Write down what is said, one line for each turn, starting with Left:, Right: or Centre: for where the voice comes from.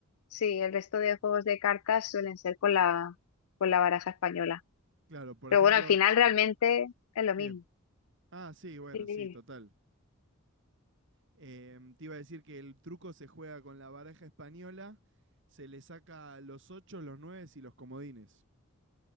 Left: Sí, el resto de juegos de cartas suelen ser con la, con la baraja española.
Right: Claro, por
Left: Pero
Right: ejemplo,
Left: bueno, al final realmente es lo
Right: ¿qué?
Left: mismo.
Right: Ah, sí, bueno,
Left: Dime,
Right: sí,
Left: dime.
Right: total. Em, te iba a decir que el truco se juega con la baraja española, se le saca los ocho, los nueve y los comodines.